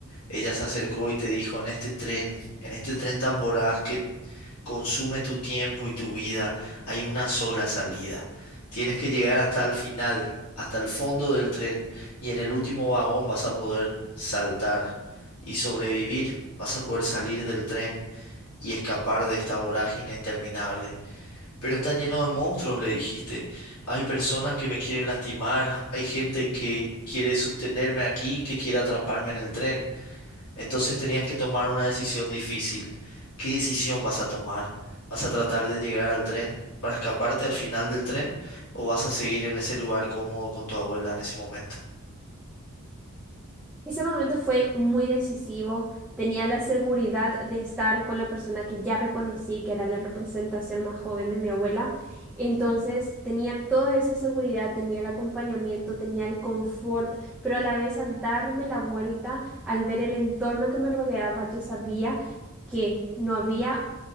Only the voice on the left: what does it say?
Ella se acercó y te dijo, en este tren, en este tren tan voraz que consume tu tiempo y tu vida, hay una sola salida. Tienes que llegar hasta el final, hasta el fondo del tren, y en el último vagón vas a poder saltar y sobrevivir. Vas a poder salir del tren y escapar de esta vorágine interminable. Pero está lleno de monstruos, le dijiste. Hay personas que me quieren lastimar, hay gente que quiere sostenerme aquí, que quiere atraparme en el tren. Entonces tenías que tomar una decisión difícil. ¿Qué decisión vas a tomar? ¿Vas a tratar de llegar al tren para escaparte al final del tren o vas a seguir en ese lugar cómodo con tu abuela en ese momento?